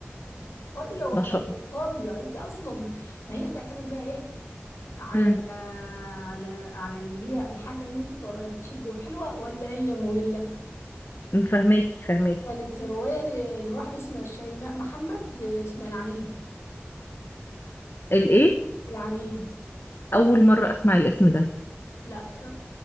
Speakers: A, on the left (about 75°); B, on the left (about 60°).
A: فاضيه والله
B: ما شاء
A: مش
B: الله
A: فاضيه انت اصلا ما هي بتعتمد بقى ايه على
B: امم
A: على على اللي هي الحاجه اللي انت بتقراها بتشد وحلوه ولا هي ممله
B: فهماكي فهماكي
A: كانت رواية ل- لواحدة اسمها شيماء محمد آه، اسمها العنيد
B: الايه
A: العنيد
B: اول مره اسمع الاسم ده
A: لا